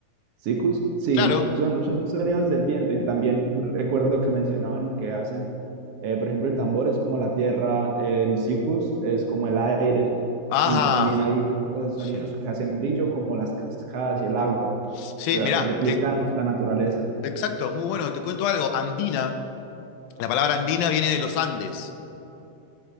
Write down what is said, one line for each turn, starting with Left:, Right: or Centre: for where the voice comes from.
Right: Sikus, sí,
Left: Claro.
Right: son, son los sonidos del viento y también recuerdo que mencionaban que hacen, eh, por ejemplo, el tambor es como la tierra, el sikus es como el aire
Left: Ajá,
Right: y también hay eh, sonidos
Left: sí.
Right: que hacen brillo como las cascadas y el agua, o
Left: Sí,
Right: sea,
Left: mirá,
Right: replican
Left: te,
Right: la naturaleza.
Left: exacto, muy bueno, te cuento algo. Andina, la palabra andina viene de los Andes.